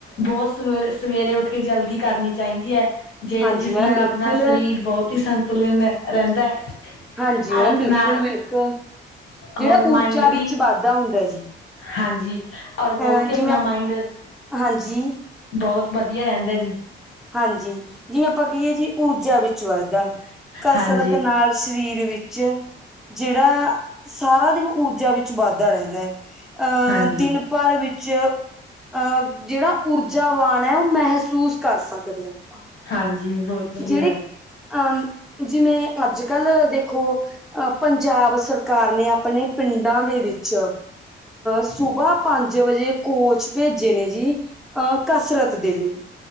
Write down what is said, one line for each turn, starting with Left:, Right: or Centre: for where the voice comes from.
Left: ਬਹੁਤ ਸ ਸਵੇਰੇ ਉੱਠ ਕੇ ਜਲਦੀ ਕਰਨੀ ਚਾਹੀਦੀ ਹੈ। ਜਿਹੜੇ
Centre: ਹਾਂਜੀ
Left: ਜਿਸ
Centre: ਮੈਮ
Left: ਨਾਲ
Centre: ਬਿਲਕੁਲ
Left: ਆਪਣਾ ਸਰੀਰ ਬਹੁਤ ਹੀ ਸੰਤੁਲਿਨ ਰਹਿੰਦਾ।
Centre: ਹਾਂਜੀ ਮੈਮ
Left: ਔਰ ਆਪਣਾ
Centre: ਬਿਲਕੁਲ ਬਿਲਕੁਲ, ਜਿਹੜਾ
Left: ਹੋਰ
Centre: ਊਰਜਾ
Left: ਮਾਇੰਡ ਵੀ
Centre: ਵਿੱਚ ਵਾਧਾ ਹੁੰਦਾ ਜੀ।
Left: ਹਾਂਜੀ, ਔਰ ਬਹੁਤ
Centre: ਅਹ
Left: ਹੀ
Centre: ਜਿਵੇਂ
Left: ਆਪਣਾ ਮਾਇੰਡ
Centre: ਹਾਂਜੀ
Left: ਬਹੁਤ ਵਧੀਆ ਰਹਿੰਦਾ ਜੀ।
Centre: ਹਾਂਜੀ ਜਿਵੇਂ ਆਪਾਂ ਕਹੀਏ ਜੀ, ਊਰਜਾ ਵਿੱਚ ਵਾਧਾ ਕਸਰਤ
Left: ਹਾਂਜੀ।
Centre: ਨਾਲ ਸਰੀਰ ਵਿੱਚ ਜਿਹੜਾ ਸਾਰਾ ਦਿਨ ਊਰਜਾ ਵਿੱਚ ਵਾਧਾ ਰਹਿੰਦਾ। ਅਹ
Left: ਹਾਂਜੀ,
Centre: ਦਿਨ ਭਰ ਵਿੱਚ ਅਹ ਜਿਹੜਾ ਊਰਜਾਵਾਨ ਹੈ, ਉਹ ਮਹਿਸੂਸ ਕਰ ਸਕਦੇ ਹਾਂ ਆਪਾਂ।
Left: ਹਾਂਜੀ ਬਹੁਤ ਵਧੀਆ
Centre: ਜਿਹੜੇ
Left: ਗੱਲ ਹੈ
Centre: ਅਹ ਜਿਵੇਂ ਅੱਜ ਕੱਲ ਦੇਖੋ ਅਹ ਪੰਜਾਬ ਸਰਕਾਰ ਨੇ ਆਪਣੇ ਪਿੰਡਾਂ ਦੇ ਵਿ 'ਚ ਸੁਬਾਹ ਪੰਜ ਵਜੇ ਕੋਚ ਭੇਜੇ ਨੇ ਜੀ, ਅਹ ਕਸਰਤ ਦੇ ਲਈ